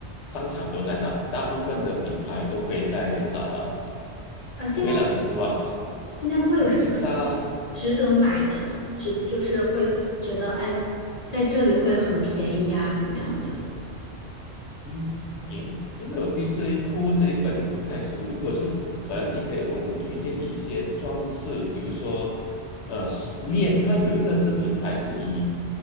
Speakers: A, on the left (about 80°); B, on the left (about 45°).
A: 商场都在哪？大部分的品牌都会在那边找到，
B: 啊，新加
A: 不会让你失望。
B: 新加坡有什么
A: 嗯，金沙。
B: 值得买的吗？值就是会觉得哎，在这里会很便宜啊，怎么样的？
A: 嗯，因因为我对这一购物这一块就不太熟。如果是可能，你可以，我会推荐你一些装饰，比如说，呃，链，它有一个是品牌是以